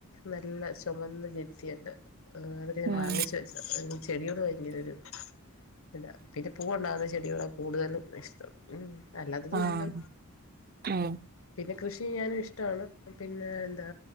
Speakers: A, on the left (about 65°); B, on the right (about 40°).
A: നല്ല ചുമന്ന ചെത്തിയണ്ട് ആ അതൊക്കെ ഞാൻ
B: ഉം
A: വാങ്ങിച്ച വെച്ച ചെടിയോട് ഭയങ്കര ഒരു ഇല്ല പിന്നെ പൂ ഉണ്ടാവുന്ന ചെടികളെ കൂടുതലും ഇഷ്ടം ഉം അല്ലാതും
B: ആഹ്
A: ഉണ്ട്
B: ഉം
A: പിന്നെ കൃഷി ഞാനും ഇഷ്ടമാണ് പിന്നെ എന്താ